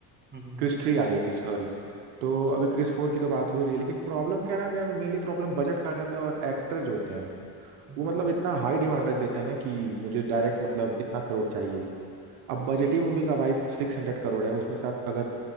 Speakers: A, on the right (about 20°); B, on the right (about 90°).
A: हम्म हम्म
B: क्रिस थ्री आ गई थी सॉरी तो अभी क्रिस फोर की तो बात हो रही है लेकिन प्रॉब्लम क्या है ना अभी मेनली प्रॉब्लम बजट का आ जाता है और एक्टर जो होते हैं
A: हम्म
B: वो मतलब इतना हाई डिमांड रख देते हैं ना कि मुझे डायरेक्ट मतलब इतना करोड़ चाहिए अब बजटी
A: हम्म,
B: मूवी का भाई सिक्स हंड्रेड करोड़ है उसमें से आप अगर